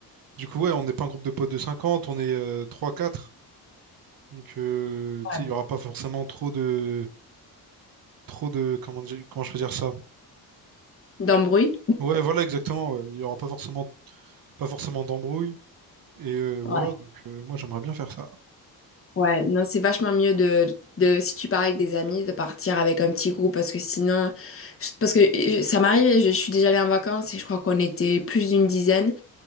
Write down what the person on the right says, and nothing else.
du coup, ouais, on n'est pas un groupe de potes de 50. On est euh, trois quatre Donc, euh, tu
sais, il y aura pas forcément trop de trop de comment dire- comment je peux dire ça?
Ouais, voilà, exactement. ouais. Il y aura pas forcément pas forcément d'embrouille et euh, voilà.
Donc euh, moi j'aimerais bien faire ça.